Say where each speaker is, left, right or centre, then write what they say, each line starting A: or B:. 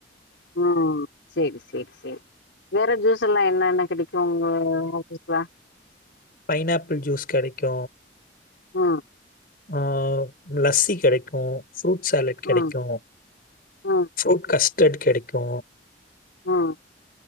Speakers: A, on the left; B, on the left.
A: ம் செரி செரி செரி வேற ஜூஸ் எல்லா என்னென்ன கெடைக்கு உங்க ஆஃபீஸ்ல
B: பைனாப்பிள் ஜூஸ் கெடைக்கு
A: ம்
B: ஆ லஸ்ஸி கெடைக்கு ஃப்ரூட் சாலட் கெடைக்கு
A: ம் ம்
B: ஃப்ரூட் கஸ் லெட் கெடைக்கு
A: ம்